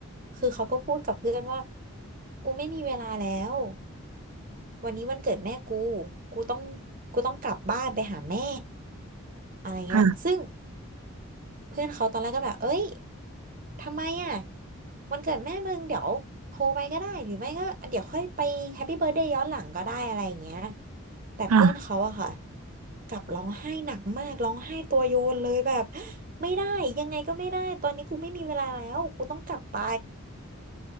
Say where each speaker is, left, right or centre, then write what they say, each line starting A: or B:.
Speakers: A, on the right (about 40°); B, on the right (about 80°).
A: คือเขาก็พูดกับเพื่อนว่ากูไม่มีเวลาแล้ววันนี้วันเกิดแม่กูกูต้องกูต้องกลับบ้านไปหาแม่อะไรเงี้ยซึ่ง
B: ค่ะ
A: เพื่อนเขาตอนแรกก็แบบ เอ้ย ทำไมอ่ะ วันเกิดแม่มึงเดี๋ยวโทรไปก็ได้ หรือไม่ก็เดี๋ยวค่อยไปแฮปปี้เบิร์ a y เดย์ย้อนหลังก็ได้อะไรอย่างเงี้ย แต่เพื่อนเขาอะค่ะ
B: ค่ะ
A: กลับร้องไห้หนักมากร้องไห้ตัวโยนเลยแบบ <gasps> ไม่ได้ยังไงก็ไม่ได้ ตอนนี้กูไม่มีเวลาแล้ว กูต้องกลับไป